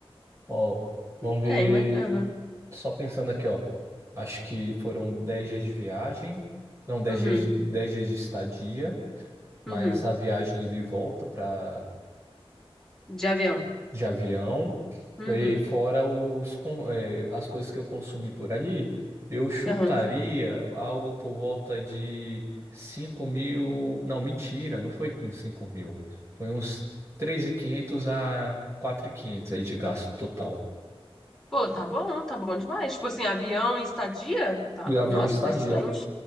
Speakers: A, on the right (about 25°); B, in the centre.
A: Ó, vamos ver.
B: É, imagina. Aham,
A: Só pensando aqui, ó. Acho que foram 10 dias de viagem. Não, dez
B: uhum,
A: dias, de- 10 dias de estadia, mas
B: uhum.
A: a viagem ida e volta para
B: De avião.
A: de avião.
B: Uhum,
A: E fora os, con- é, as coisas que eu consumi por ali, eu chutaria
B: aham.
A: algo por volta de cinco mil. Não, mentira, não foi uns cinco mil. Foi uns 3.500 a 4.500 aí de gasto total.
B: Pô, tá bom, tá bom demais. Tipo assim, avião e estadia? Tá.
A: E avião
B: Nossa,
A: e estadia.
B: tá excelente.